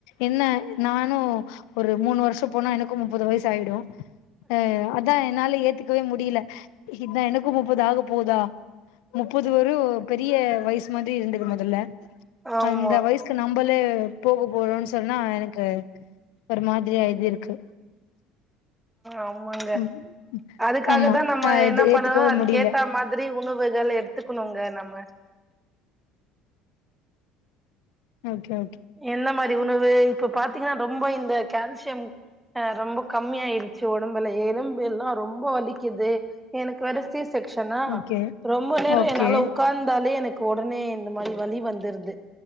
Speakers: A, on the left (about 75°); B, in the centre.
A: என்ன நானு ஒரு மூணு வருஷ போனா எனக்கு முப்பது வயசு ஆயிடு அ அதா என்னால ஏத்துக்கவே முடில இதா எனக்கு முப்பது ஆக போதா முப்பது வெரு பெரிய வயசு மாறி ‌‌இருந்துது மொதல்ல
B: ஆமா
A: அந்த வயசு க்கு‌ நம்மளே போக போறோன்னு சொன்னா எனக்கு ஒரு மாதிரியா இது இருக்கு
B: ஆமாங்க
A: ம்
B: அதுக்காக
A: ஆமா
B: தா நம்ம
A: ஆ இது
B: என்ன
A: ஏத்துக்கவே
B: பண்ணணு அதுக்கேத்த
A: முடியல
B: மா திரி உணவுகள் எடுத்துக்கணுங்க நம்ம
A: ஓகே ஓகே
B: என்ன மாறி‌ உணவு இப்ப பாத்தீங்கன்னா ரொம்ப இந்த கால்சியம் ஆ ரொம்போ கம்மி ஆயிருச்சு உடம்பபேல்லா எலும்பு எல்லா ரொம்ப வலிக்கிது எனக்கு வேற சீ செக்ஷ்னா
A: ஓகே
B: ரொம்ப நேர
A: ஓகே
B: என்னால ஒக் ஒக்காந்தாலே எனக்கு உடனே இந்த மாறி வலி வந்துருது